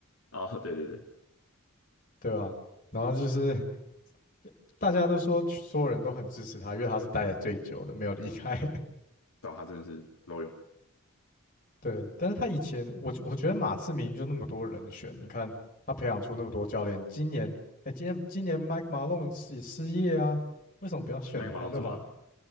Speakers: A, on the left; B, on the left.
A: 啊，对对对，
B: 对吧、然后就是 <laughs> 大家都说所有人都很支持他，因为他是待的最久的，没有离开。
A: 找他真的是都有。
B: 对，但是他以前，我我觉得马刺明明就那么多人选，你看他培养出那么多教练，今年，哎，今年今年 Mike Malone 是也失业啊，为什么不要选他就好了
A: 麦克马龙怎么了？